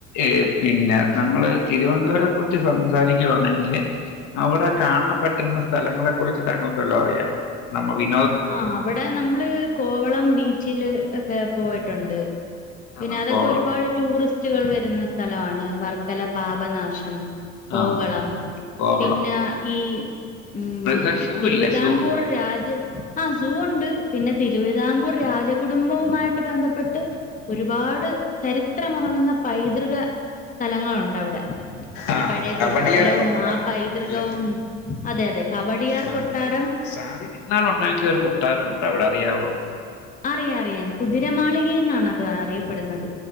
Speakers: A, on the left; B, on the left.
A: എ പിന്നെ നമ്മള് തിരുവനന്തപുരേ കുറിച്ച് സംസാരിക്കുവാണെങ്കില് അവിടെ കാണാൻ പറ്റുന്ന സ്ഥലങ്ങളെ കുറിച്ച് താങ്കൾക്ക് വെല്ലോം അറിയാമൊ നമ്മളി
B: ആ അവിടെ നമ്മള് കോവളം ബീച്ചില് ഒക്കെ പോയിട്ടുണ്ട് പിന്നെ
A: ആഹ്
B: അതൊക്കെ
A: കോവളം
B: ഒരുപാട് ടൂറിസ്റ്റുകൾ വരുന്ന സ്ഥലമാണ് വർക്കല പാപനാശം കോവളം
A: ആഹ് കോവളം
B: പിന്നെ ഈ ഉം
A: മൃഗ സൂ
B: തിരുവിതാംകൂർ
A: ഇല്ലേ സൂ
B: രാജ ണ്ട്അതുകൊണ്ട് പിന്നെ തിരുവിതാംകൂർ രാജകുടുംബവുമായിട്ട് ബന്ധപ്പെട്ട് ഒരുപാട് ചരിത്രം ഇറങ്ങുന്ന പൈതൃക സ്ഥലങ്ങളുണ്ട് ണ്ടവിടെ
A: ആഹ്
B: ആ പഴയ
A: കവടിയാർ
B: കൊട്ടാരവും
A: കൊട്ടാരം
B: ആ പൈതൃകവും
A: അല്ലെ
B: അതെ അതെ കവടിയാർ
A: മാർത്താണ്ഡ
B: കൊട്ടാരം
A: സാദി തിരുനാൾ ഉണ്ടാക്കിയ ഒരു കൊട്ടാരം ഉണ്ട് അവിടെ അറിയാവോ
B: അറിയാം അറിയാം കുതിരമാളിക എന്നാണ് അത് അറിയപ്പെടുന്നത്